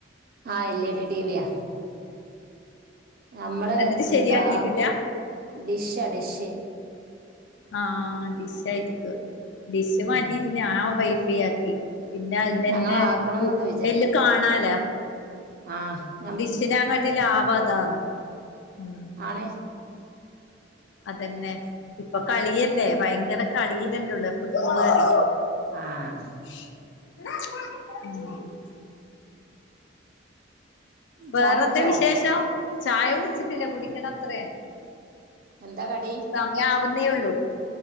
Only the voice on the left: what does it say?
എന്നിട്ട് ശരിയാക്കിട്ടില്ല
ആഹ ഡിഷ ആയിരിക്കും ഡിഷ് മാറ്റിട്ട്
ഞാൻ വൈഫൈ ആക്കി പിന്നെ അതിലെന്നെ
എല് കാണാലേ
ഡിഷിനെകാട്ടി ലാഭം അതാണ് ഉ
അതെന്നെ ഇപ്പൊ കളിയല്ലേ! ഭയങ്കര കളിയിലല്ലോള്ളേ ഫുട്ബോൾ കളി
ഉ വേറെന്താ
വിശേഷം ചായ കുടിച്ചിട്ടില്ല കുടിക്കണ അത്രേ
സമയാവുന്നേ ഉള്ളൂ